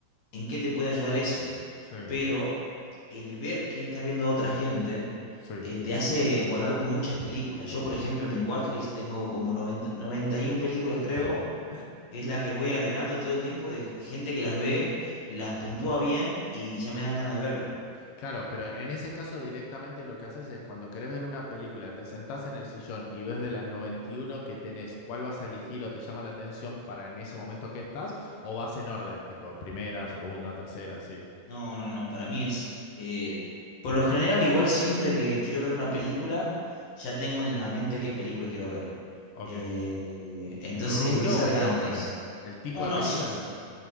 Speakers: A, on the left; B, on the left.
A: ¿en qué te puede ayudar eso?
B: Sí,
A: Pero el ver que está viendo otra gente
B: sí.
A: eh, te hace guardarte muchas películas. Yo, por ejemplo, en mi watchlist tengo como noventa noventa y 91 películas, creo,
B: <laughs> Oh,
A: que es la que voy agregando todo el tiempo de gente que las ve, las puntúa bien y ya me dan ganas de verlas.
B: Claro, pero en ese caso directamente lo que haces es cuando querés ver una película, te sentás en el sillón y ves de las 91 que tenés, cuál vas a elegir o te llama la atención para en ese momento que estás, o vas en orden, tipo primera, segunda, tercera, sí.
A: No, no, no, para mí es... eh, por lo general, igual siempre que quiero ver una película, ya tengo en la mente qué película quiero ver.
B: Ok.
A: Eh, entonces
B: ¿El rubro
A: empieza
B: o
A: de
B: el
A: antes.
B: nombre? ¿El tipo
A: No,
B: de
A: no,
B: película
A: sí.
B: o el nombre?